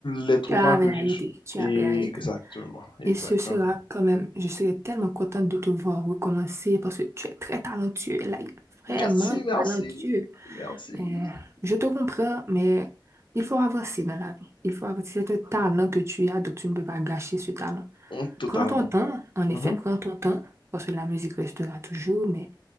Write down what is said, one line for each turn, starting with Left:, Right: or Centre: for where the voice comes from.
Left: les traumas
Right: Tu avais
Left: que
Right: arrêté,
Left: j'ai... su-
Right: tu avais
Left: Exactement,
Right: arrêté.
Left: exactement.
Right: Et ce sera quand même, je serai tellement contente de te voir recommencer parce que tu es très talentueux, like,
Left: Merci,
Right: vraiment
Left: merci,
Right: talentueux.
Left: merci.
Right: Mais je te comprends, mais il faut avancer dans la vie. Il faut avancer. C'est un talent que tu as, donc tu ne peux pas gâcher ce talent.
Left: Mm, Totalement.
Right: Prends ton temps, en effet,
Left: Mhm,
Right: prends ton temps, parce que la musique restera toujours, mais